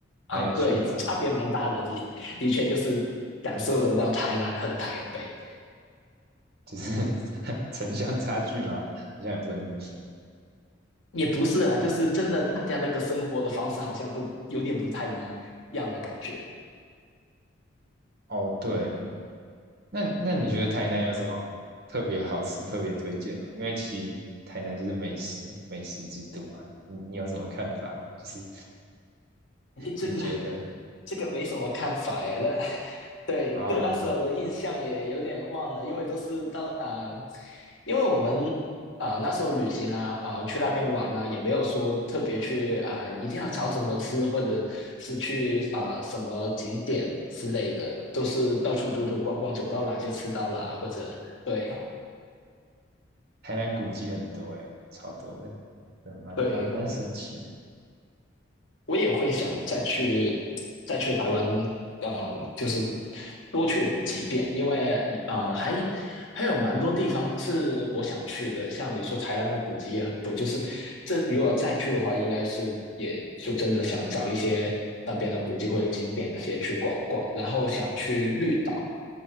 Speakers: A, on the left (about 75°); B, on the right (about 55°).
A: 啊、
B: 蛮有趣的吧？
A: 对，差别蛮大的，的的确就是感受得到台南和台北。
B: 就是 <laughs> 城乡差距嘛，好像也不能这么说。
A: 也不是啦，
B: 就是
A: 就是真的大家那个生活的方式好像都有点不太一样的感觉。
B: 哦，对，那那你觉得台南有什么特别好吃、特别推荐吗？因为其实台南就是美食美食之都啊，你你有什么看法吗？就是
A: 哎，这个
B: 你觉得
A: 这个没什么看法哎，那对对那时候的印象也有点忘了，
B: 啊、你
A: 因为都是到啊、呃因为我们啊、呃那时候旅行啊啊、呃去那边玩啊，也没有说特别去啊、呃一定要找什么吃，或者是去啊、呃什么景点之类的，都是到处走走逛逛，走到哪就吃到哪，
B: 哦，
A: 或者对
B: 台南古迹很多诶，超多的，嗯，蛮蛮蛮神奇的。
A: 对，我也会想再去再去台湾，呃，就是多去几遍，因为呃还还有蛮多地方是我想去的，像你说台湾的古迹也很多，就是这如果再去的话，应该是也就真的想找一些那边的古迹或者景点那些去逛逛，然后想去绿岛。